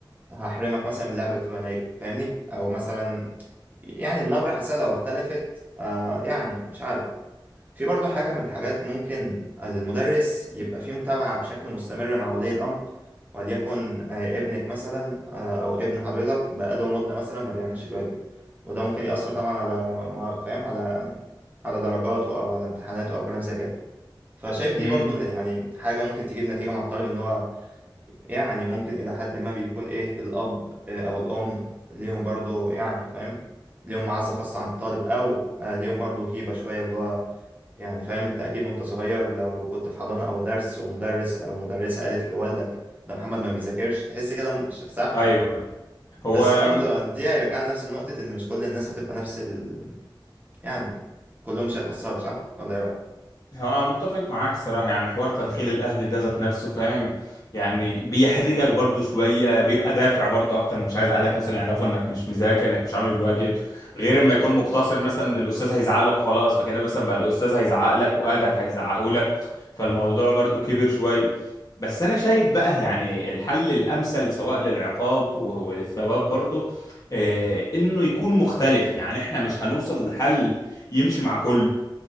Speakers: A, on the right; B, on the left.
A: هحرمك مثلا من اللعبة الفلانية فاهمني او مثلا يعني النبرة حاسة لو اختلفت آه يعني مش عارف في برضه حاجة من الحاجات ممكن آه، المدرس يبقى فيه متابعة بشكل مستمر مع ولي الأمر وليكن آه، ابنك مثلا آه، أو ابن حضرتك بقاله مدة مثلا ما بيعملش الواجب وده ممكن يأثر طبعا على ما- ما- فاهم على على درجاته أو على امتحاناته أو كلام زي كده فشايف دي
B: امم
A: برضه من- يعني حاجة ممكن تجيب نتيجة مع الطالب إن هو يعني ممكن إلى حد ما بيكون إيه الأب آه، أو الأم ليهم برضه يعني فاهم ليهم معزة خاصة عند الطالب أو آه، ليهم برضه هيبة شوية اللي هو يعني فاهم انت اكيد وانت صغير لو كنت في حضانة او درس ومدرس او مدرسة قالت لوالدك ده محمد ما بيذاكرش تحس كده مش صح
B: ايوه هو
A: بس
B: انا
A: برضه دي هيرجعنا لنفس النقطة ان مش كل الناس هتبقى نفس ال... يعني كلهم مش هيتأثروا صح ولا ايه رأيك
B: هو متفق معاك الصراحة يعني حوار تدخيل الأهل ده ذات نفسه فاهم يعني بيحرجك برضو شوية بيبقى دافع برضو أكتر مش عايز أهلك مثلا يعرفوا إنك مش مذاكر إنك مش عامل الواجب غير إما يكون مقتصر مثلا إن الأستاذ هيزعق لك وخلاص فكده مثلا بقى الأستاذ هيزعق لك وأهلك هيزعقوا لك فالموضوع برضو كبر شوية بس أنا شايف بقى يعني الحل الأمثل سواء للعقاب و- وللثواب برضو آه إنه يكون مختلف يعني إحنا مش هنوصل لحل يمشي مع كله